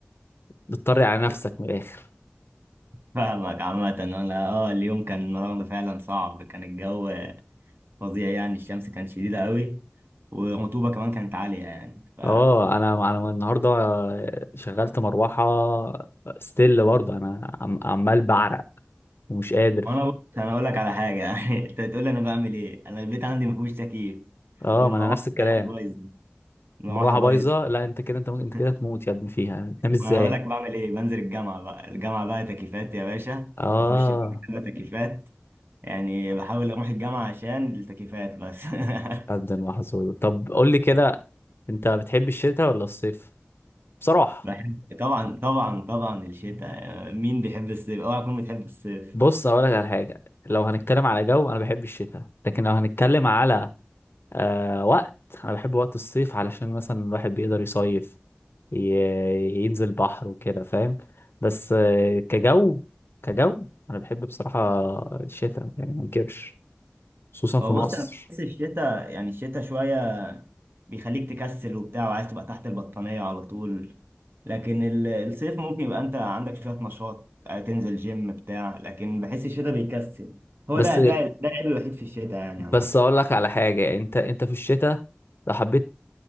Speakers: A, on the left; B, on the right.
A: بتطري على نفسك من الاخر
B: فاهمك عامة أنا أه اليوم كان النهاردة فعلا صعب كان الجو فظيع يعني الشمس كانت شديدة قوي والرطوبة كمان كانت عالية يعني ف
A: اه انا انا النهارده شغلت مروحه ستيل برضه انا عم- عمال بعرق ومش قادر
B: وأنا بص أنا أقول لك على حاجة <laughs> يعني أنت تقول لي أنا بعمل إيه أنا البيت عندي مفيهوش تكييف
A: اه
B: والمروحة
A: ما انا نفس الكلام
B: بتاعتي بايظة المروحة
A: المروحه
B: بايظة
A: بايظه لا انت كده انت ممكن انت
B: <laughs>
A: كده تموت يا ابني فيها تنام ازاي
B: وأنا هقول لك بعمل إيه بنزل الجامعة بقى الجامعة بقى تكييفات يا باشا
A: اه
B: وأخش المكتبة تكييفات يعني بحاول أروح الجامعة عشان التكييفات بس
A: قد
B: <laughs>
A: المحظوظ طب قول لي كده انت بتحب الشتاء ولا الصيف بصراحة
B: بحب طبعا طبعا طبعا الشتاء مين بيحب الصيف اوعى تكون بتحب الصيف
A: بص اقول لك على حاجة لو هنتكلم على جو انا بحب الشتاء لكن لو هنتكلم على آه وقت انا بحب وقت الصيف علشان مثلا الواحد بيقدر يصيف ي- ينزل بحر وكده فاهم بس آه كجو كجو انا بحب بصراحة الشتاء يعني ما انكرش خصوصا
B: هو
A: في مصر
B: بص انا بحس الشتاء يعني الشتاء شويه بيخليك تكسل وبتاع وعايز تبقى تحت البطانيه على طول لكن ال- الصيف ممكن يبقى انت عندك شويه نشاط آه، تنزل جيم بتاع لكن بحس الشتاء بيكسل هو
A: بس
B: ده ده ده العيب الوحيد في الشتاء يعني
A: بس
B: عامه
A: اقول لك على حاجة انت انت في الشتاء لو حبيت